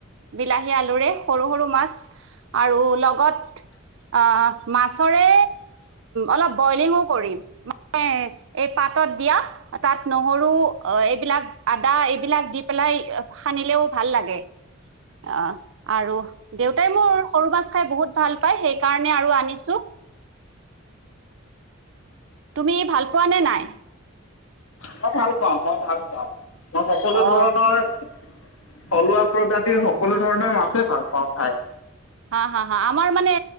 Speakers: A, on the right; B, on the left.
A: বিলাহী, আলুৰে সৰু-সৰু মাছ, আৰু লগত আহ', - মাছৰে অলপ বইলিংও কৰিম। এ' এই পাত'ত দিয়া। তা'ত নহৰু এইবিলাক আদা এইবিলাক দি পেলাই সানিলেও ভাল লাগে। আহ' আৰু দেউতাই মোৰ সৰু মাছ খাই বহুত ভাল পায়, সেইকাৰণে আৰু আনিছো। তুমি ভাল পোৱা নে নাই?
B: মই ভাল পাওঁ, মই ভাল পাওঁ। মই সকলো
A: অ
B: ধৰণৰ- থলুৱা প্ৰজাতিৰ সকলো ধৰণৰ মাছে ভাল পাওঁ খায়।
A: হাঁ-হাঁ-হাঁ। আমাৰ মানে